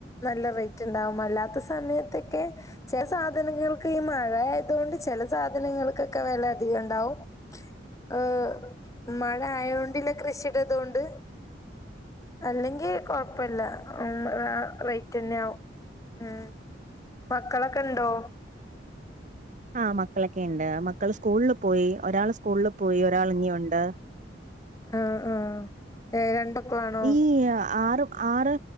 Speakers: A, on the left; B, on the right.
A: നല്ല റേറ്റ് ഇണ്ടാവും അല്ലാത്ത സമയത്തെക്കെ ചെല സാധനങ്ങൾക്ക് ഈ മഴ ആയതുകൊണ്ട് ചെല സാധനങ്ങൾക്കൊക്കെ വെല അധികം ഉണ്ടാവും ഏഹ് മഴ ആയോണ്ട് പിന്നെ കൃഷിട ഇതുകൊണ്ട് അല്ലെങ്കി കൊഴപ്പല്ല ഉം മ് ആ റേറ്റന്നെ ആവും ഉം മക്കളൊക്കെ ഇണ്ടോ?
B: ആ മക്കളെക്കിണ്ട് മക്കൾ സ്കൂളിൽ പോയി ഒരാൾ സ്കൂളിൽ പോയി ഒരാൾ ഇനിയൊണ്ട്
A: ആ ആ ഏ രണ്ട് മക്കളാണോ
B: ഈ ആറു ആറ്